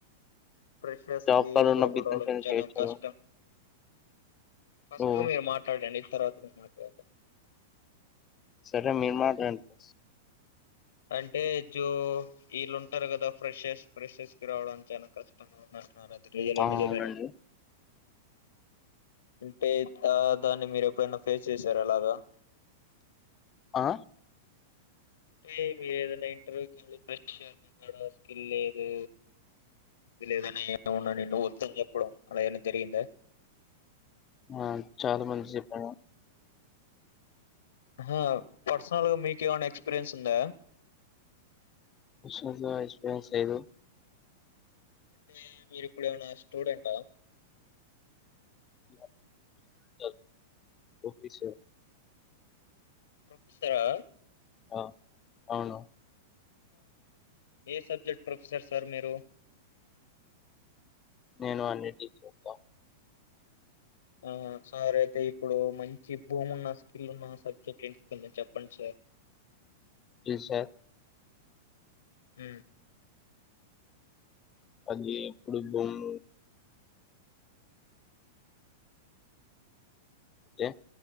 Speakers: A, on the left (about 85°); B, on the left (about 25°).
A: ప్రెషర్స్
B: జాబ్
A: కి
B: లో
A: జాబులు
B: ఉన్న బిజినెస్
A: రావడం
B: ఏదో
A: చాల
B: చేయొచ్చు కదా
A: కష్టం ఫస్ట్
B: ఓ
A: మీరు మాట్లాడండి తర్వాత మాట్లాడతా
B: సరే మీరు మాట్లాడండి ఫస్ట్
A: అంటే జో వీళ్ళుంటారు కదా ఫ్రెషర్స్ ఫ్రెషర్స్ కి రావడానికి చాలా కష్టంగా ఉందంటున్నార రియలే
B: ఆ
A: నిజమేనా
B: అవునండి
A: అంటే దా దాన్ని మీరు ఎప్పుడైనా ఫేస్ చేశారు అలాగా
B: ఆ
A: టే మీరు ఏదైనా ఇంటర్వ్యూ వెళ్ళినప్పుడు స్కిల్ లేదు ఇది లేదని ఎమన్నా నిన్ను వద్దని చెప్పడం అలా ఏమైనా జరిగిందా
B: ఆ చాలా మంది చెప్పారు
A: ఆహ్ పర్సనల్ గా మీకు ఏమైనా ఎక్స్పీరియన్స్ ఉందా
B: పర్సనల్ గా ఎక్స్పరియన్స్ లేదు
A: అంటే మీరిప్పుడు ఏమైనా స్టూడెంటా
B: <unintelligible>
A: ప్రొఫెసరా
B: ఆ అవును
A: ఏ సబ్జెక్ట్ ప్రొఫెసర్ సార్ మీరు
B: నేను అన్నిటికి చెప్తా
A: ఆహ్ సార్ అయితే ఇప్పుడు మంచి బ్రూమ్ ఉన్న స్కిల్ ఉన్న సబ్జెక్ట్ ఏంటి కొంచం చెప్పండి సార్
B: సార్
A: ఊ
B: అది ఇప్పుడు <unintelligible> కే